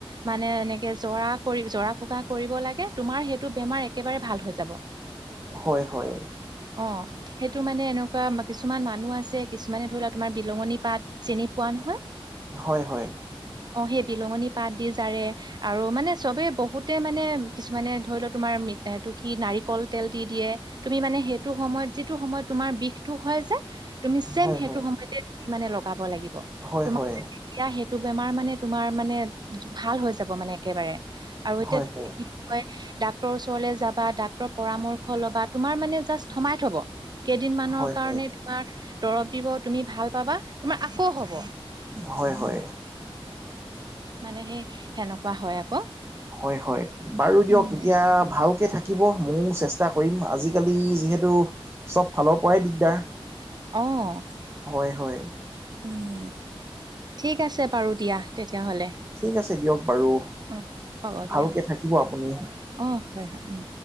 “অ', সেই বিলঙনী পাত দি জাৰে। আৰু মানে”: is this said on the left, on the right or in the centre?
Right